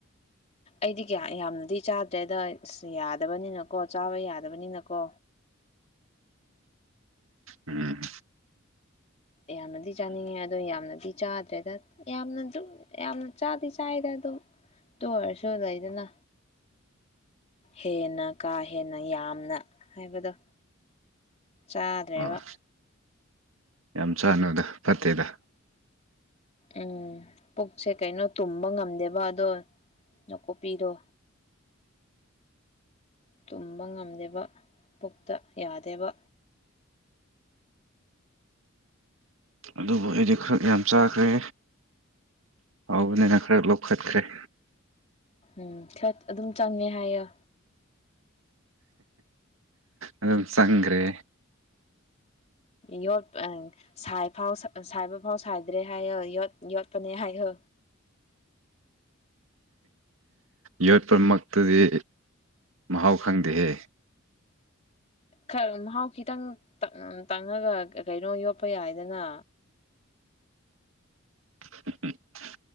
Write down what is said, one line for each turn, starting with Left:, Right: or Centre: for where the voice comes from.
Left: ꯑꯩꯗꯤ ꯀꯌꯥ ꯌꯥꯝꯅꯗꯤ ꯆꯥꯗ꯭ꯔꯦ ꯑꯗꯣ ꯑꯁ ꯌꯥꯗꯕꯅꯤꯅꯀꯣ ꯆꯥꯕ ꯌꯥꯗꯕꯅꯤꯅꯀꯣ
Right: ꯎꯝ
Left: ꯌꯥꯝꯅꯗꯤ ꯆꯥꯅꯤꯡꯉꯦ ꯑꯗꯣ ꯌꯥꯝꯅꯗꯤ ꯆꯥꯗ꯭ꯔꯦꯗ ꯌꯥꯝꯅ ꯑꯗꯨꯝ ꯌꯥꯝꯅ ꯆꯥꯗꯤ ꯆꯥꯏꯗ ꯑꯗꯨꯝ ꯑꯗꯨ ꯑꯣꯏꯔꯁꯨ ꯂꯩꯗꯅ ꯍꯦꯟꯅ ꯀꯥ ꯍꯦꯟꯅ ꯌꯥꯝꯅ ꯍꯥꯏꯕꯗꯣ ꯆꯥꯗ꯭ꯔꯦꯕ
Right: ꯑꯣ ꯌꯥꯝ ꯆꯥꯅꯨꯗ ꯐꯠꯇꯦꯗ
Left: ꯎꯝ ꯄꯨꯛꯁꯦ ꯀꯩꯅꯣ ꯇꯨꯝꯕ ꯉꯝꯗꯦꯕ ꯑꯗꯣ ꯅꯥꯀꯨꯞꯄꯤꯗꯣ ꯇꯨꯝꯕ ꯉꯝꯗꯦꯕ ꯄꯨꯛꯇ ꯌꯥꯗꯦꯕ
Right: ꯑꯗꯨꯕꯨ ꯑꯩꯗꯤ ꯈꯔ ꯌꯥꯝ ꯆꯥꯈ꯭ꯔꯦ ꯍꯥꯎꯕꯅꯤꯅ ꯈꯔ ꯂꯧꯈꯠꯈ꯭ꯔꯦ
Left: ꯎꯝ ꯈꯔ ꯑꯗꯨꯝ ꯆꯪꯉꯦ ꯍꯥꯏꯌꯦ
Right: ꯑꯗꯨꯝ ꯆꯪꯒ꯭ꯔꯦ
Left: ꯌꯣꯠꯄ ꯥꯁꯥꯏ ꯐꯥꯎ ꯁꯥꯏꯕ ꯐꯥꯎ ꯁꯥꯏꯗ꯭ꯔꯦ ꯍꯥꯏꯌꯣ ꯌꯣꯠꯄꯅꯦ ꯍꯥꯏꯌꯣ
Right: ꯌꯣꯠꯄꯃꯛꯇꯨꯗꯤ ꯃꯍꯥꯎ ꯈꯪꯗꯦꯍꯦ
Left: ꯈꯔ ꯃꯍꯥꯎ ꯈꯤꯇꯪ ꯇꯪ ꯇꯪꯉꯒ ꯀꯩꯅꯣ ꯌꯣꯠꯄ ꯌꯥꯏꯗꯅ
Right: <unintelligible>